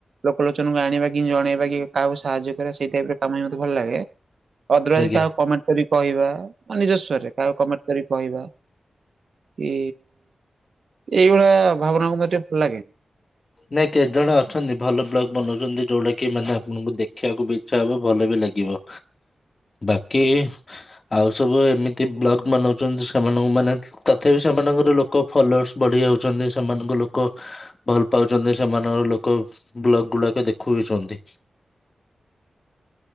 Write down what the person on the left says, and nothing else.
ଆଜ୍ଞା।
ନାଇଁ କେତେ ଜଣେ ଅଛନ୍ତି ଭଲ ବ୍ଲଗ ବନଉଛନ୍ତି। ଯୋଉଟା କି ମାନେ ଆପଣଙ୍କୁ ଦେଖିବାକୁ ବି ଇଚ୍ଛା ହବ ଭଲ ବି ଲାଗିବ। ବାକି ଆଉ ସବୁ ଏମିତି ବ୍ଲକ ମନଉଛନ୍ତି ସେମାନଙ୍କୁ ମାନେ ତଥାପି ସେମାନଙ୍କର ଲୋକ ଫଲୋର୍ସ ବଢି ଯାଉଛନ୍ତି। ସେମାନଙ୍କ ଲୋକ ଭଲ ପାଉଛନ୍ତି ସେମାନଙ୍କର ଲୋକ ବ୍ଲକ ଗୁଡାକ ଦେଖୁବିଛନ୍ତି।